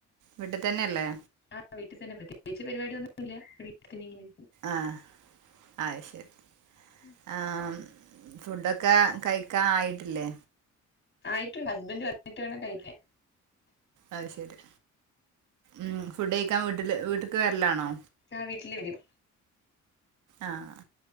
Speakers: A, on the right; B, on the left.
A: വീട്ടിൽ തന്നെയല്ലേ
B: ആ വീട്ടിൽ തന്നെ. പ്രത്യേകിച്ച് പരിപാടിയന്നുമില്ല വീട്ടിൽ തന്നെ ഇങ്ങനെ യ
A: ആഹ അത് ശരി.
B: ഉം
A: ആഹ് ഫുഡൊക്കെ കഴിക്കാൻ ആയിട്ടില്ലേ?
B: ആയിട്ടുണ്ട് ഹസ്ബൻഡ് വന്നിട്ട് വേണം കഴിക്കാൻ.
A: അത് ശരി ഉം ഫുഡ് കഴിക്കാൻ വീട്ടില് വീട്ടക്ക് വരലാണോ?
B: ആ വീട്ടിൽ വരും
A: ആഹ